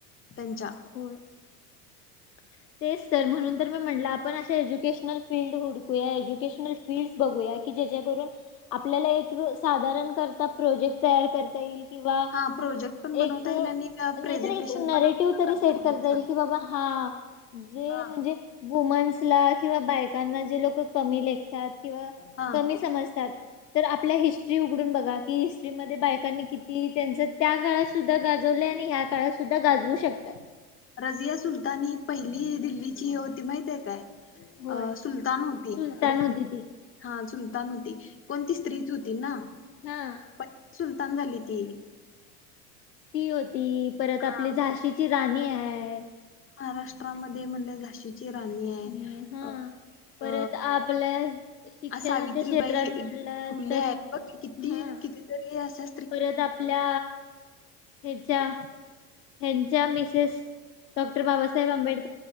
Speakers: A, on the left; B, on the left.
A: पंजाब.
B: होय <inaudible> तेच तर म्हणून तर मी म्हटलं आप पण अश्या एज्युकेशनल फील्ड हुडक कुया एज्युकेशनल फील्डस बघूया कि जे जे करून आपल्याला एक रुल्स साधारण करता प्रोजेक्ट तयार करता येईल किंवा
A: हा प्रोजेक्ट पण बनवता
B: एक नाहीतर
A: येईल आणि प्रेझेंटेशन
B: एक नरेटिव्ह
A: पण आपल्याला
B: तरी सेट करता
A: असं.
B: येईल, कि बाबा हा जे
A: हा
B: म्हणजे वुमन्सला किंवा बायकांना जे लोकं कमी लेखतात किंवा
A: हा
B: कमी समजतात तर, आपल्या हिस्ट्री उघडून बघा. कि हिट्री मध की बायकांनी किती त्यांच त्या काळात सुद्धा गाजवलंय आणि ह्या काळात सुद्धा गाजवू शकतात
A: रजिया सुलतानी पहिली दिल्लीची होती माहितये काय?
B: होय
A: अ सुलतान होती
B: सुलतान
A: र
B: होती ती
A: हा सुल <unintelligible> होती पण ती स्त्रीच होती ना?
B: हा.
A: पहिली सुलतान झाली ती.
B: ती होत ती परत
A: हा
B: आपली झाशीची राणी हाय
A: महाराष्ट्रामध्ये म्हणले झाशी ची राणी
B: आणि
A: आहे
B: हा
A: अ
B: परत आपल्या शिक्षणाच्या
A: अ सावित्रीबाई
B: क्षेत्रात म्हणलं
A: फुले
B: तर
A: आहे बघ की, किती
B: हा
A: कितीतरी असं
B: परत आपल्या हेंच्या हेंच्या मिसेस डॉक्टर बाबासाहेब आंबेड